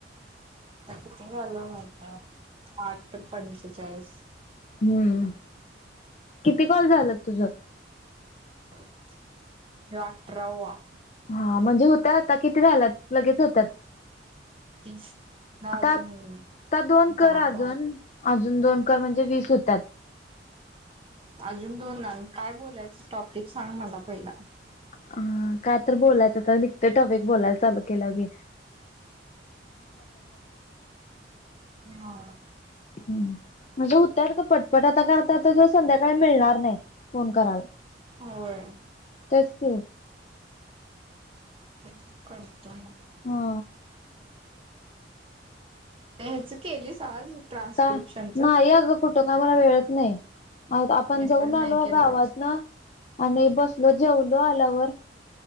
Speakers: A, on the right; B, on the left.
A: आता किती झालं माहित आहे आठ पंचेचाळीस
B: हम्म किती कॉल झालंत तुझ
A: ह्यो अठरावा
B: हा म्हणजे होतय आता किती झाल्यात लगेच होत्यात
A: तीस ला अजून
B: आता दोन कर
A: दहा
B: अजून
A: बारा
B: अजून दोन कर म्हणजे वीस होत्याात
A: अजून दोन लागल काय बोलायचं टॉपिक सांग मला पहिला
B: हा काय तर बोलायचं तर निघत टॉपिक बोलायला चालू केल्यावर घे
A: हा
B: हम्म म्हणजे होत्यात गं पटपट आता काय आता आता त संध्याकाळी मिळणार नाही फोन करायला
A: होय
B: तेचकि
A: करत कॉल करतो मग
B: हा
A: त्या हेच केलीस आज ट्रान्स्क्रिप्शनच
B: का नाही अगं कुठं का मला वेळच नाही आव आपण
A: मी
B: जाऊन
A: पण
B: आलो
A: नाही केलो
B: गावात
A: आज
B: न आणि बसलो जेवलो आल्यावर